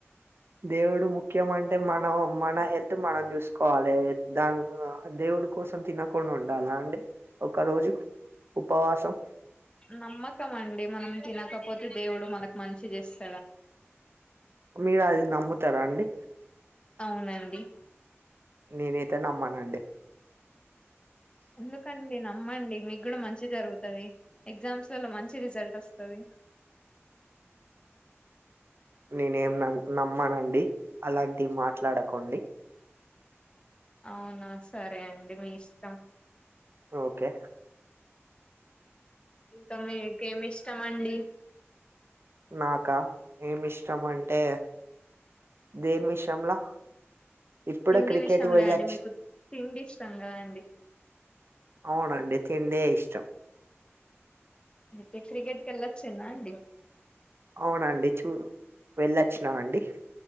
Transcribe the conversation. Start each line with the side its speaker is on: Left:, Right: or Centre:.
Right: దేవుడు ముఖ్యం అంటే మన మన హెల్త్ మనం చూసుకోవాలి దాని దేవుడు డు కోసం తినకుండా ఉండాలా అండి ఒక రోజు ఉపవాసం
Left: నమ్మకం అండి మనం తినకపోతే దేవుడు మనకు మంచి చేస్త
Right: మీరు అది నమ్ముతారా అండి
Left: అవునండి
Right: నేనైతే నమ్మనండి
Left: ఎందుకండి నమ్మండి మీకు కూడా మంచి జరుగుతుంది ఎగ్జామ్స్ లల్ల మంచి రిజల్ట్ వస్తుంది
Right: నేనేం న నమ్మనండి అలాంటివి మాట్లాడకండి
Left: అవునా సరే అండి మీ ఇష్టం
Right: ఓకే
Left: ఇంకా మీకేమి ఇష్టమ అండి
Right: నాకా ఏమి ఇష్టం అంటే దేమిశ్రంలా ఇప్పుడే
Left: తిండి
Right: క్రికెట్
Left: విషయంలో
Right: పుయచ్చు
Left: అండి మీకు తిండి ఇష్టం కదా అండి
Right: అవునండి రెండే ఇష్టం
Left: అయితే క్రికెట్ కెల్లాచా అండి
Right: అవునండి చూ వెళ్ళొచ్చినామ అండి